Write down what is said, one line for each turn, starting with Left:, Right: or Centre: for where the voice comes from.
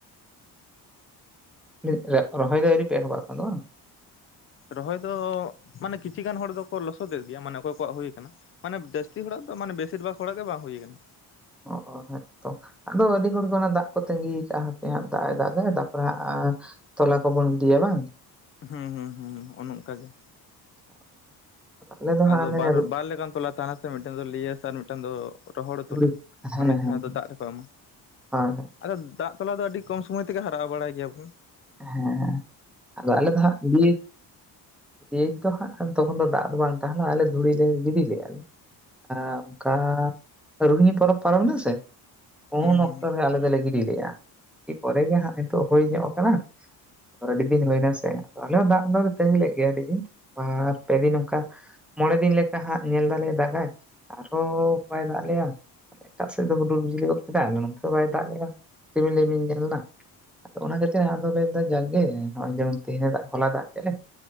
Centre: <unintelligible> ᱨᱚᱦᱚᱭ ᱫᱚ ᱟᱣᱨᱤᱯᱮ ᱮᱦᱚᱵᱟ ᱮᱠᱷᱚᱱ ᱫᱚ ᱵᱟᱝ
Left: ᱨᱚᱦᱚᱭ ᱫᱚ ᱢᱟᱱᱮ ᱠᱤᱪᱷᱤ ᱜᱟᱱ ᱦᱚᱲ ᱫᱚᱠᱚ ᱞᱚᱥᱚᱫᱮᱫ ᱜᱮᱭᱟ ᱢᱟᱱᱮ ᱚᱠᱚᱭ ᱠᱚᱣᱟᱜ ᱦᱩ ᱠᱟᱱᱟ ᱢᱟᱱᱮ ᱡᱟᱹᱥᱛᱤ ᱦᱚᱲᱟᱜ ᱫᱚ ᱢᱟᱱᱮ ᱵᱮᱥᱤᱨ ᱵᱷᱟᱜ ᱦᱚᱲᱟᱜ ᱜᱮ ᱵᱟᱝ ᱦᱩᱭ ᱠᱟᱱᱟ
Centre: ᱚᱚ ᱦᱮᱸᱛᱚ ᱟᱫᱚ ᱟᱹᱰᱤ ᱦᱚᱲᱫᱚ ᱚᱱᱟ ᱫᱟᱜ ᱠᱚ ᱛᱟᱜᱤ ᱠᱟᱜᱼᱟ ᱦᱟᱯᱮ ᱦᱟᱸᱜ ᱫᱟᱜ ᱮ ᱫᱟᱜᱟᱭ ᱛᱟᱯᱚᱨᱮ ᱦᱟᱸᱜ ᱛᱚᱞᱟ ᱠᱚᱵᱚᱱ ᱜᱤᱰᱤᱭᱟ ᱵᱟᱝ
Left: ᱦᱩᱸ ᱦᱩᱸ ᱦᱩᱸ ᱚᱱᱮ ᱚᱱᱠᱟ ᱜᱮ
Centre: <inaudible>
Left: ᱟᱫᱚ
Centre: ᱦᱟᱸᱜ ᱚᱱᱮ
Left: ᱵᱟᱨ
Centre: ᱨᱩ-
Left: ᱵᱟᱨ ᱞᱮᱠᱟᱱ ᱛᱚᱞᱟ ᱛᱟᱦᱮᱱᱟ ᱥᱮ ᱢᱤᱫᱴᱮᱱ ᱫᱚ ᱞᱤᱭᱮᱥ ᱟᱨ ᱢᱤᱫᱴᱮᱱ ᱫᱚ ᱨᱚᱦᱚᱲ
Centre: ᱨᱩᱲᱤ,
Left: ᱛᱚᱞᱟ
Centre: ᱦᱮᱸ
Left: ᱚᱱᱮ ᱡᱟᱦᱟᱸ
Centre: ᱦᱮᱸ ᱦᱳᱭ
Left: ᱫᱚ ᱫᱟᱜ ᱨᱮᱠᱚ ᱮᱢᱟ
Centre: ᱦᱳᱭ
Left: ᱟᱫᱚ ᱫᱟᱜ ᱛᱚᱞᱟ ᱫᱚ ᱟᱹᱰᱤ ᱠᱚᱢ ᱥᱚᱢᱚᱭ ᱛᱮᱜᱮ ᱦᱟᱨᱟᱜ-ᱟ ᱵᱟᱲᱟᱭ ᱜᱮᱭᱟᱵᱚᱱ
Centre: ᱦᱮᱸ ᱟᱫᱚ ᱟᱞᱮ ᱫᱚ ᱦᱟᱸᱜ ᱜᱩᱭᱟᱹ ᱮᱭ ᱛᱚ ᱦᱟᱸᱜ ᱛᱚᱠᱷᱚᱱ ᱫᱚ ᱫᱟᱜ ᱫᱚ ᱵᱟᱝ ᱛᱟᱦᱮᱱᱟ ᱟᱞᱮ ᱫᱷᱩᱲᱤ ᱞᱮ ᱜᱤᱰᱤ ᱞᱮᱼᱟ ᱞᱮ ᱟ ᱚᱱᱠᱟ ᱨᱩᱱᱦᱤ ᱯᱚᱨᱚᱵᱽ ᱯᱟᱨᱚᱢᱱᱟ ᱥᱮ ᱩᱱ
Left: ᱦᱩᱸ ᱦᱩᱸ
Centre: ᱚᱠᱛᱚ ᱨᱮ ᱟᱞᱮ ᱫᱚᱞᱮ ᱜᱤᱰᱤ ᱞᱮᱼᱟ ᱤ ᱯᱚᱨᱮ ᱨᱮ ᱦᱟᱸᱜ ᱱᱤᱛᱚᱜ ᱦᱩᱭ ᱧᱚᱜ ᱠᱟᱱᱟ ᱟᱹᱰᱤ ᱫᱤᱱ ᱦᱩᱭ ᱱᱟ ᱥᱮ ᱟᱞᱮ ᱦᱚᱸ ᱫᱟᱜ ᱫᱚᱞᱮ ᱛᱟᱺᱜᱤ ᱞᱮᱫ ᱜᱮᱭᱟ ᱟᱹᱰᱤ ᱫᱤᱱᱼᱼ <unintelligible> ᱟᱨ ᱯᱮ ᱫᱤᱱ ᱚᱱᱠᱟ ᱢᱚᱲᱮ ᱫᱤᱱ ᱞᱮᱠᱟ ᱦᱟᱸᱜ ᱧᱮᱞ ᱫᱟᱞᱮ ᱫᱟᱜᱟᱭ ᱟᱨᱚ ᱦᱚ ᱵᱟᱭ ᱫᱟᱜ ᱞᱮᱭᱟ ᱮᱴᱟᱜ ᱥᱮᱫ ᱫᱚ ᱦᱩᱰᱩᱨ ᱵᱤᱡᱽᱞᱤ ᱜᱚᱫ ᱠᱮᱫᱟᱭ ᱟᱞᱮ ᱱᱚᱱ ᱛᱮ ᱫᱚ ᱵᱟᱭ ᱫᱟᱜ ᱞᱮᱜ-ᱟ ᱨᱤᱢᱤᱞ ᱨᱤᱢᱤᱞ ᱧᱮᱞ ᱱᱟ ᱟᱫᱚ ᱚᱱᱟ ᱠᱷᱟᱹᱛᱤᱨ ᱟᱫᱚ ᱞᱟᱹᱭᱫᱟ ᱡᱟᱸᱜᱮ ᱱᱚᱜᱼᱚᱭ ᱡᱮᱢᱚᱱ ᱛᱮᱦᱮᱱᱮ ᱫᱟᱜ ᱦᱚᱞᱟ ᱫᱟᱜ ᱠᱮᱫ-ᱮ